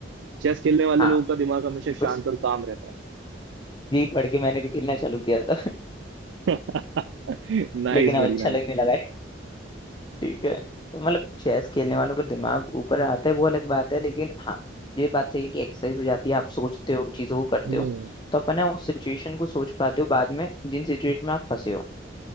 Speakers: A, on the right (about 80°); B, on the left (about 25°).
A: चेस खेलने वाले
B: हाँ
A: लोगों का दिमाग हमेशा
B: बिल्कुल
A: शांत और काम रहता
B: जी पढ़ के मैंने भी खेलना चालू किया था <laughs>
A: है <laughs> नाइस
B: लेकिन अब
A: बड़ी
B: अच्छा लगने लगा है ठीक है तो मतलब चेस खेलने वालों का दिमाग ऊपर आता है वो अलग बात है लेकिन हाँ ये बात सही है कि एक्सरसाइज हो जाती है आप सोचते हो चीजों को करते
A: नाइस
B: हो तो अपन ना उस सिचुएशन को सोच पाते हो बाद में जिन सिचुएशन में आप फंसे हो